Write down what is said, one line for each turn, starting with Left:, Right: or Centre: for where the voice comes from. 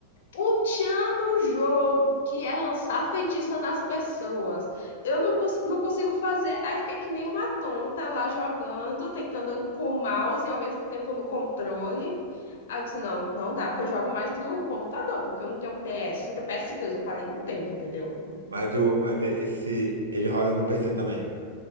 Left: Ultiando o jogo, que é lançar feitiça nas pessoas. Eu não, pos- não consigo fazer, aí eu fiquei que nem uma tonta lá jogando, tentando com o mouse e ao mesmo tempo no controle. Aí eu disse, não, não dá, porque eu jogo mais no computador, porque eu não tenho PS, só tenho ps dois. eu parei no tempo, entendeu?
Right: Mas, o, mas esse, ele roda no PC também.